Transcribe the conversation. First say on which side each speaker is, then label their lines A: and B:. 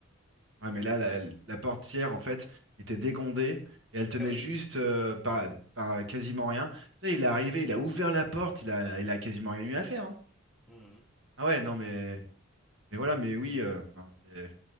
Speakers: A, on the right (about 65°); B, in the centre.
A: Ouais, mais là, la, la portière, en fait, était dégondée et elle tenait
B: Ah oui.
A: juste euh, par, par euh, quasiment rien. Tu sais, il est arrivé, il a ouvert la porte, il a, il a quasiment rien eu à faire. hein.
B: Mhm.
A: Ah ouais, non, mais, mais voilà, mais oui, euh, enfin, c'est-